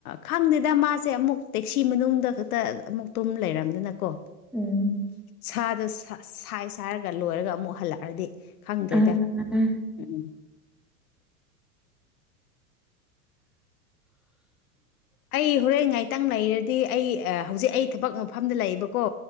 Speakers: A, on the left; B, in the centre.
A: ꯈꯪꯗꯦꯗ ꯃꯥꯁꯦ ꯑꯃꯨꯛ ꯇꯦꯛꯁꯤ ꯃꯅꯨꯡꯗ ꯈꯛꯇ ꯑꯃꯨꯛ ꯇꯨꯝ ꯂꯩꯔꯝꯗꯅꯀꯣ
B: ꯎꯝ
A: ꯁꯥꯗꯣ ꯁꯥ ꯁꯥꯏ ꯁꯥꯏꯔꯒ ꯂꯣꯏꯔꯒ ꯑꯃꯨꯛ ꯍꯜꯂꯛꯑꯗꯤ ꯈꯪꯗ꯭ꯔꯦꯗꯥ
B: ꯎꯝ ꯎꯝ
A: ꯎꯝ ꯑꯩ ꯍꯣꯔꯦꯟ ꯉꯥꯏ ꯇꯪ ꯂꯩꯔꯗꯤ ꯑꯩ ꯑ ꯍꯧꯖꯤꯛ ꯑꯩ ꯊꯕꯛ ꯃꯐꯝꯗ ꯂꯩꯕꯀꯣ